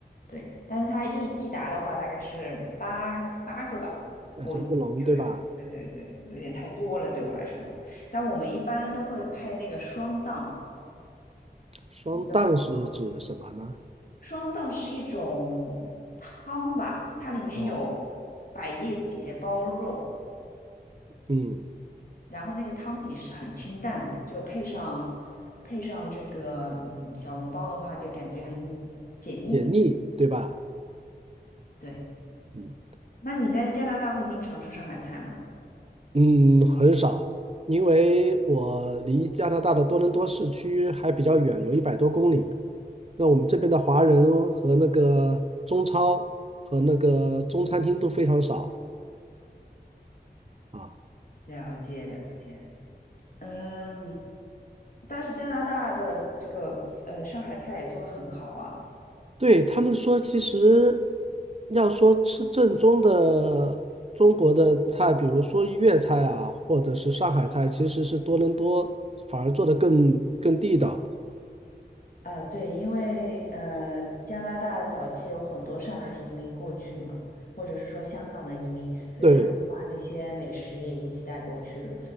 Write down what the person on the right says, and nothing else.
那就一笼对吧？
双蛋是指什么呢？
哦，
嗯，
解腻对吧？
嗯。
嗯，很少，因为我离加拿大的多伦多市区还比较远，有一百多公里。那我们这边的华人和那个中超和那个中餐厅都非常少啊。
对，他们说，其实要说吃正宗的中国的菜，比如说粤菜啊，或者是上海菜，其实是多伦多反而做的更更地道。
对。